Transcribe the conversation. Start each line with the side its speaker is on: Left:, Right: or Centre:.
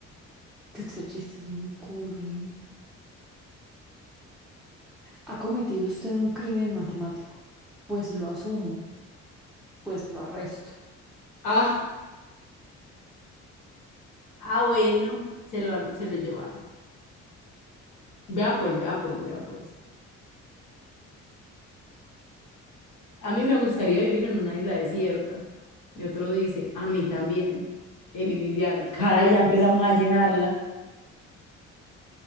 Centre: ¿Qué otro chiste se me ocurre? ¿Ha cometido usted un crimen matemático? Pues lo asumo, pues lo arresto.
Left: Ah, ah, bueno, se lo, se lo llevaron. Vea pues, vea pues, vea pues. A mí me gustaría vivir en una isla desierta. Y otro dice, a mí también. El inicial. Caray, ya empezamos a llenarla.